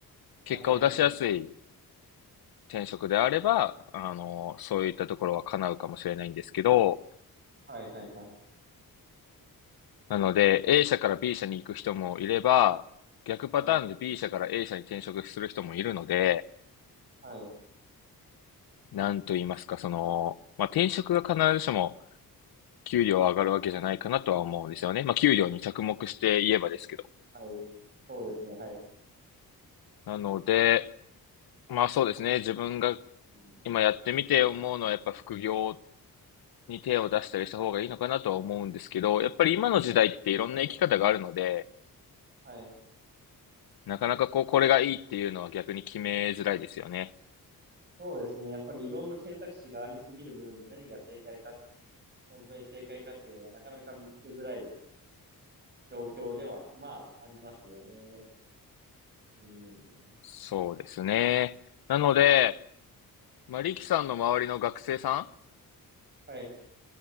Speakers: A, on the right; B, on the left.
A: はいはいはい。
B: 結果を出しやすい転職であれば、あの、そういったところは叶うかもしれないんですけど、
A: はいはいはい。
B: なので、A 社から B 社に行く人もいれば、逆パターンで
A: はい。
B: B 社から A 社に転職する人もいるので、
A: はい
B: なんと言いますか、その、まあ、転職が必ずしも給料上がるわけじゃないかなとは思うんですよね。
A: うん、
B: まあ、給料に着目して言えばですけど。
A: はい。そうですね。はい。
B: なので、まあそうですね、自分が
A: うん。
B: 今やってみて思うのはやっぱ副業に手を出したりした方がいいのかなとは思うんですけど、やっぱり今の時代っていろんな生き方があるので、
A: はい。はい。
B: なかなかこう、これがいいっていうのは逆に決めづらいですよね。
A: そうですね。やっぱりいろんな選択肢がありすぎる分、何が正解か、本当に正解かっていうのがなかなか見つけづらい状況では、まあ、ありますよね。うん。
B: そうですね。なので、まあ、リキさんの周りの学生さ
A: はい。